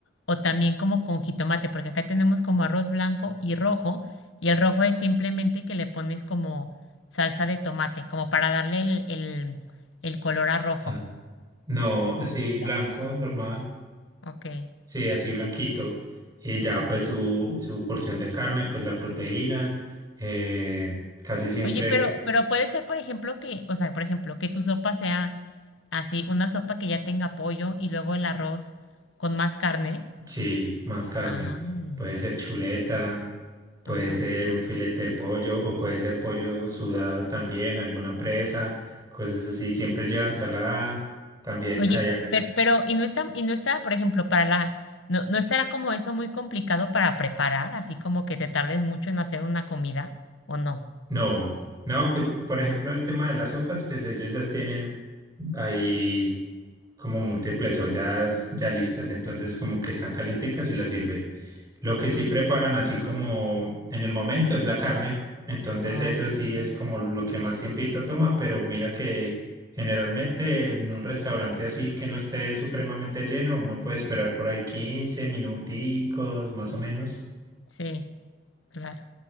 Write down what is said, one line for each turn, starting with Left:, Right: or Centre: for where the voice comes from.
Left: o también como con jitomate, porque acá tenemos como arroz blanco y rojo, y el rojo es simplemente que le pones como salsa de tomate, como para darle el, el, el color a rojo.
Right: Ah, no, así
Left: Ya.
Right: blanco, normal.
Left: Ok.
Right: Sí, así blanquito. Y ya
Left: Ujú.
Right: pues su, su porción de carne, pues la proteína, eh, casi siempre,
Left: Oye, pero, pero puede ser, por ejemplo, que, o sea, por ejemplo, que tu sopa sea así, una sopa que ya tenga pollo y luego el arroz con más carne.
Right: sí, más carne.
Left: Ay,
Right: Puede ser chuleta, puede
Left: ajá.
Right: ser un filete de pollo o puede ser pollo sudado también, alguna presa, cosas así. Siempre lleva ensalada también.
Left: Oye,
Right: Allá,
Left: pero, pero, y no está, y no está, por ejemplo, para la, no, no estará como eso muy complicado para preparar, así como que te tardes mucho en hacer una comida, ¿o no?
Right: No, no, pues por ejemplo el tema de las sopas, pues ellos ya tienen ahí como múltiples ollas ya listas, entonces como que están calenticas y las sirven. Lo que sí preparan así como en el momento es la carne, entonces
Left: Oh,
Right: eso sí es
Left: ok.
Right: como lo que más tiempito toma, pero mira que generalmente en un restaurante así que no esté supremamente lleno, uno puede esperar por ahí 15 minuticos más o menos.
Left: Sí, claro.